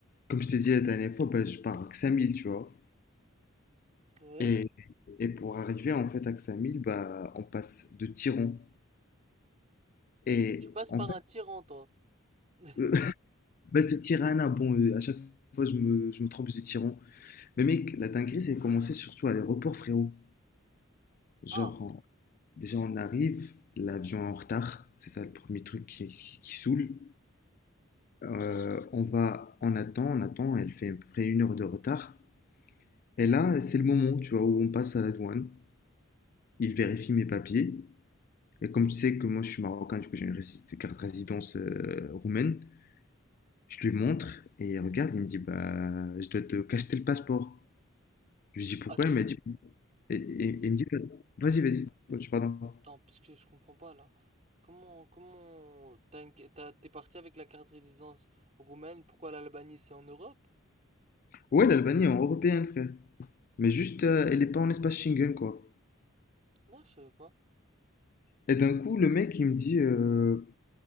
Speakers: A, on the left; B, on the right.
A: comme je t'ai dit la dernière fois, bah, je pars à Ksamil, tu vois.
B: Ouais.
A: Et, et pour arriver en fait à Ksamil, bah, on passe de Tiran. Et
B: Tu passes
A: en
B: par
A: fait,
B: un tyran, toi. <laughs>
A: <laughs> bah, c'est Tirana, bon, euh, à chaque fois je me, je me trompe, je dis Tiran. Mais mec, la dinguerie, c'est commencé surtout à l'aéroport, frérot. Genre,
B: Ah,
A: en- déjà, on arrive, l'avion est en retard, c'est ça le premier truc qui, qui- qui saoule. Euh, on va, on attend, on attend, elle fait à peu près une heure de retard. Et là, c'est le moment, tu vois, où on passe à la douane. Il vérifie mes papiers. Et comme tu sais que moi, je suis marocain, du coup, j'ai une rési- carte résidence euh, roumaine, je lui montre et il regarde, il me dit, bah, je dois te cacheter le passeport. Je lui dis pourquoi,
B: att-
A: il m'a dit, et, et- et il me dit, vas-y, vas-y, Oh, tu- pardon.
B: attends, parce que je comprends pas là. Comment, comment, t'as une- t'as- t'es parti avec la carte de résidence roumaine, pourquoi l'Albanie c'est en Europe?
A: Ouais, l'Albanie est en européenne, frère. Mais juste, euh, elle n'est pas en espace Schengen, quoi.
B: Non, je savais pas.
A: Et d'un coup, le mec, il me dit, euh,